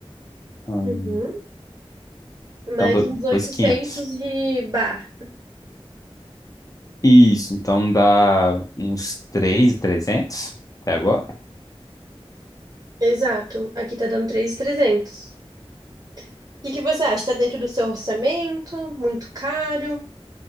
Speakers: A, on the left (about 35°); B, on the right (about 40°).
A: hum,
B: Uhum. Mais
A: então do-
B: uns 800
A: dois mil e quinhentos,
B: de bar.
A: Isso, então dá uns 3.300 até agora.
B: Exato. Aqui tá dando três mil e trezentos O que que você acha? Tá dentro do seu orçamento? Muito caro?